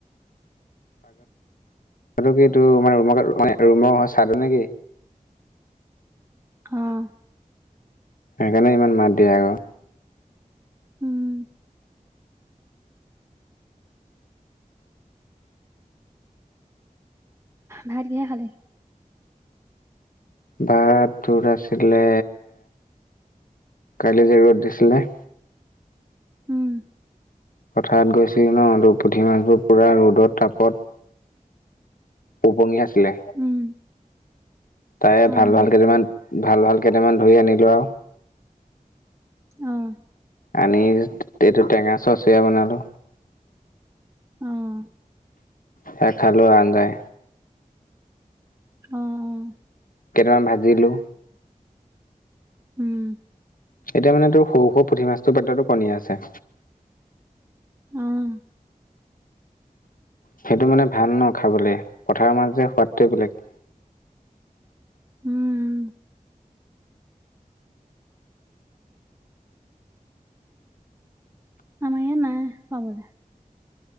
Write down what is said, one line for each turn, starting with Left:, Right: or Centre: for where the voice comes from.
Left: সেইটো কি এইটো মানে ৰুম ৰুমৰ চাইডত নে নেকি।
Right: অহ।
Left: সেইকাৰণে ইমান মাত দিয়ে আও।
Right: উম। ভাত কিহে খালি?
Left: ভাত তোৰ আছিলে, কালি যে ৰ'দ দিছিলে।
Right: উম।
Left: পথাৰত গৈছিল ন, ত পুঠি মাছবোৰ পুৰা ৰ'দত তাপত। উপঙি আছিলে।
Right: উম,
Left: তাৰে
Right: অ',
Left: ভাল ভাল কেইটামান ভাল ভাল কেইটামান ধৰি আনিলোঁ আও।
Right: অহ।
Left: আনি এইটো টেঙা চচীয়া বনালো।
Right: অহ।
Left: সেয়াই খালোঁ অঞ্জাই।
Right: অহ।
Left: কেইটামান ভাজিলোঁ।
Right: উম।
Left: এতিয়া মানে তোৰ সৰু সৰু পুঠি মাছটো পেটতো কণী আছে।
Right: অহ।
Left: সেইটো মানে ভাল ন, খাবলে পথাৰৰ মাছ যে, সোৱাদটোৱে বেলেগ।
Right: উম। আমাৰ ইয়াত নাই পাবলে।